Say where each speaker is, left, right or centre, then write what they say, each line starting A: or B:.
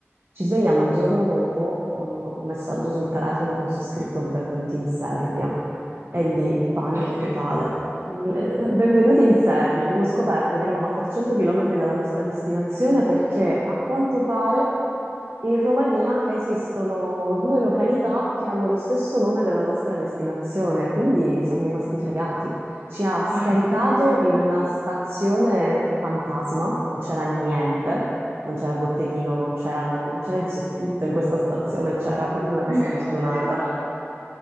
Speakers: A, on the right; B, on the right.
A: ci svegliamo il giorno dopo con un messaggio sul telefono con su scritto Benvenuti in Serbia. E lì panico
B: <laughs>
A: totale Mm, eh, eh, Benvenuti in Serbia. Abbiamo scoperto che eravamo a 300 km dalla nostra destinazione perché a quanto pare in Romania esistono due località che hanno lo stesso nome della nostra destinazione, quindi siamo rimasti fregati. Ci ha scaricato
B: Oddio.
A: in una stazione fantasma, non c'era niente, non c'era botteghino, non c'erano- non c'era il soffitto in questa stazione, c'era proprio una cosa
B: E
A: abbandonata.
B: cosa avete fatto?